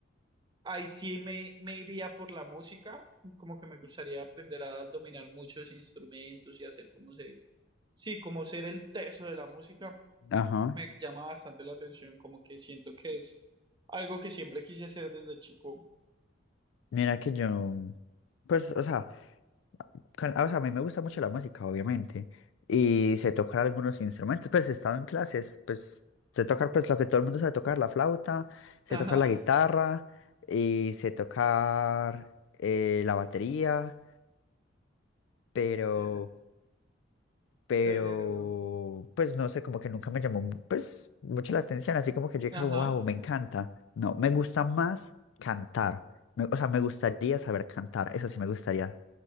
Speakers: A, on the right (about 20°); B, on the left (about 75°).
A: Ahí sí me, me iría por la música, como que me gustaría aprender a dominar muchos instrumentos y hacer como se, sí, como ser el teso de la música.
B: Ajá.
A: Me llama bastante la atención, como que siento que es algo que siempre quise hacer desde chico.
B: Mira que yo, pues, o sea, con- o sea, a mí me gusta mucho la música, obviamente, y sé tocar algunos instrumentos, pues he estado en clases, pues sé tocar pues lo que todo el mundo sabe tocar, la flauta, sé
A: Ajá,
B: tocar la guitarra y sé tocar eh, la batería. pero,
A: desde-
B: pero,
A: pero,
B: pues no sé, como que nunca me llamó, mu- pues, mucho la atención, así como que yo
A: ajá,
B: dije, como, wow, me encanta. No, me gusta más cantar, Me- o sea, me gustaría saber cantar, eso sí me gustaría,